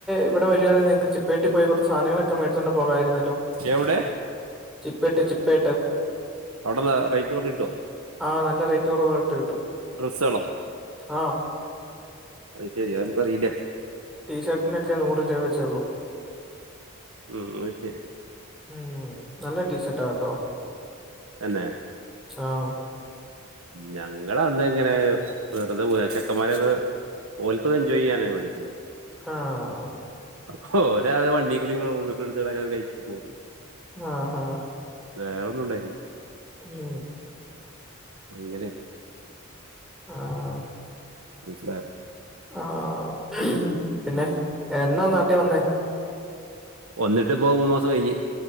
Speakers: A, in the centre; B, on the right (about 80°).
A: ഇവിടെ വരുകവാണെൽ നിങ്ങൾക്ക് ചിപ്പയട്ടി പോയി കുറച്ച് സാധനങ്ങളൊക്കെ മേടിച്ചോണ്ട് പോകായിരുന്നു ല്ലോ
B: എവിടെ
A: ചിപ്പേട്ട ചിപ്പേട്ട
B: അവിടെന്താ റേറ്റ് കുറഞ്ഞിട്ടോ?
A: ആഹ് നല്ല റൈറ്റ് കുറവിട്ട് കിട്ടും
B: ഡ്രസ്സ്കളോ?
A: ആഹ്
B: അത് ശെരി അത്പ്പറിയില്ല
A: ടീഷർട്ടിനൊക്കെ നൂറ് രൂപ വെച്ചേ ഉള്ളൂ
B: ഉം അത് ശരി
A: ഉം നല്ല ടീഷർട്ടാണ്ട്ടോ
B: തന്നെ
A: ആഹ് ഓ
B: ഞങ്ങള് അന്ന് ഇങ്ങനെ വെറുതെ പോയി ചെക്കന്മാരൊക്കെ ഓൽകൊന്ന് എൻജോയ്യ്യാനാണ് വേണ്ടിട്ട്
A: ആഹ്
B: അപ്പൊ ഒരാെവണ്ടികൂടി റൂമോക്കിട്ത് അങ്ങിനെ കഴിച്ചുപോന്നു.
A: ആഹാ
B: വേറൊന്നും ഉണ്ടായിര്ന്നു
A: ഉം
B: അങ്ങനെ
A: ആഹ്
B: മനസിലായ
A: ആഹ് പിന്നെ
B: ഉം.
A: എന്നാ നാട്ടി വന്നേ
B: വന്നിട്ടിപ്പോ മൂന്ന് മാസം കയിഞ്ഞ്